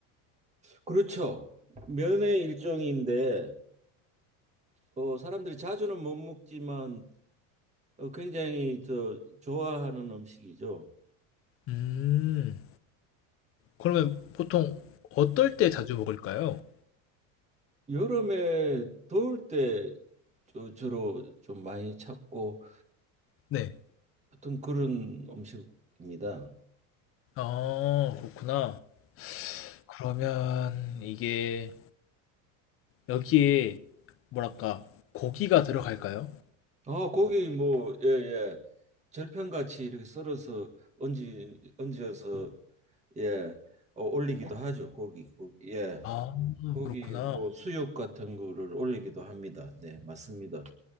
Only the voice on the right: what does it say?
그렇죠. 면의 일종인데 어, 사람들이 자주는 못 먹지만 어, 굉장히 저 좋아하는 음식이죠.
여름에 더울 때 주- 주로 좀 많이 찾고
어떤 그런 음식입니다.
아, 고기 뭐 예, 예. 절편같이 이렇게 썰어서 얹지 얹어서 예, 어, 올리기도 하죠. 고기, 고기, 예,
고기
뭐 수육 같은 거를 올리기도 합니다. 네, 맞습니다.